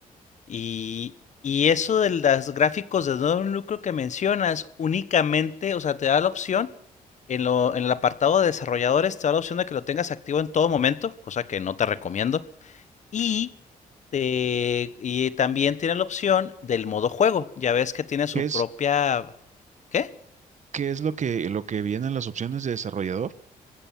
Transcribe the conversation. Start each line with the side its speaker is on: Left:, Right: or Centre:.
Left: Y, y eso de los gráficos de nuevo núcleo que mencionas, únicamente, o sea, te da la opción, en, lo, en el apartado de desarrolladores, te da la opción de que lo tengas activo en todo momento, cosa que no te recomiendo. Y, te- y también tiene la opción del modo juego. Ya ves que tiene su
Right: ¿Qué es,
Left: propia... ¿Qué?
Right: qué es lo que, lo que viene en las opciones de desarrollador?